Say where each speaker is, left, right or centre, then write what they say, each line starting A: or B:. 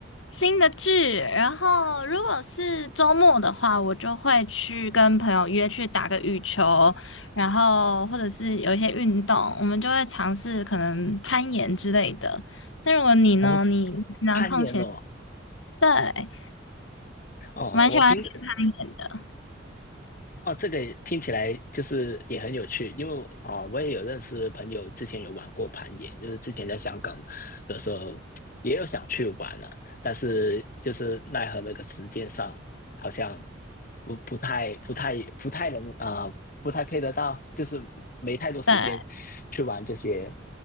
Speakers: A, on the left; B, on the left.
A: 新的剧。然后，如果是周末的话，我就会去跟朋友约去打个羽球，然后或者是有一些运动，我们就会尝试可能攀岩之类的。那如果你呢？
B: 哦，
A: 你平常空，
B: 攀岩哦，
A: 对，
B: 哦，
A: 蛮喜欢攀岩的，
B: 我平时。哦，这个也听起来就是也很有趣，因为啊、哦我也有认识朋友之前有玩过攀岩，就是之前在香港的时候也有想去玩了，但是就是奈何那个时间上好像不不太不太不太能啊、不太配得到，就是没太多时间去玩这些
A: 对。